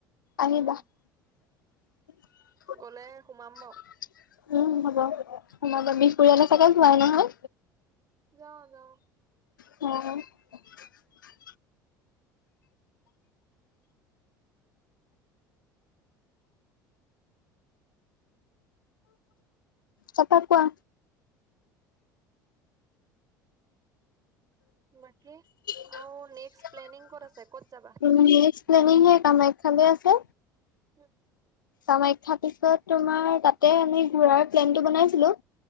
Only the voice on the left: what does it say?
আনিবা।
উম।
সমাজৰ বিষ পৰিয়ালে চাগে যোৱাই নহয়
<unintelligible> তাৰপা কোৱা?
<unintelligible>
উম, নেক্সট প্লেনিং এ, কামাখ্যা যে ঠিকে আছে।
কামাখ্যা পিছত তোমাৰ তাতে আমি ঘূৰাৰ প্লেনটো বনাইছিলোঁ।